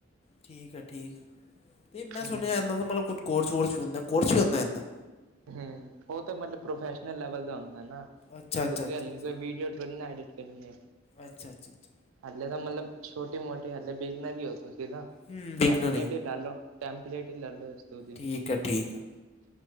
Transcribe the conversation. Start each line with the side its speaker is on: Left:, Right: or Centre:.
Left: ਠੀਕ ਹੈ ਠੀਕ ਹੈ। ਤੇ ਮੈਂ ਸੁਣਿਆ
Right: ਹੂੰ
Left: ਇਹਨਾਂ ਦਾ ਮਤਲਬ ਕੁਟ ਕੋਰਸ ਵੋਰਸ ਵੀ ਹੁੰਦਾ। ਕੋਰਸ ਵੀ ਹੁੰਦਾ ਐਂਦਾ?
Right: ਹੂੰ। ਓ ਤਾਂ ਮਤਲਬ ਪ੍ਰੋਫੈਸ਼ਨਲ ਲੈਵਲ ਦਾ ਹੁੰਦਾ ਐ ਨਾ।
Left: ਅੱਛਾ ਅੱਛਾ
Right: ਤੁਸੀ
Left: ਅੱਛਾ
Right: ਹਲੇ
Left: ਅੱਛਾ
Right: ਕੋਈ ਵੀਡੀਓ ਥੋੜੀ ਨਾ ਐਡਿਟ ਕਰਨੀ ਐ।
Left: ਅੱਛਾ ਅੱਛਾ ਅੱਛਾ।
Right: ਹਲੇ ਤਾਂ ਮਤਲਬ ਛੋਟੀ ਮੋਟੀ ਹਲੇ ਬਿਗਨਰ ਹੀ ਹੋ ਤੁਸੀ ਨਾ।
Left: ਹੂੰ ਬਿਗਨਰ
Right: ਟੈਂਪਲੇਟ
Left: ਆ
Right: ਹੀ ਲਾ ਲੋ। ਟੈਂਪਲਲੇਟ ਇ ਲਾ ਲੋ ਇਸ ਤੋਂ ਵਧੀਆ।
Left: ਠੀਕ ਹੈ ਠੀਕ ਆ।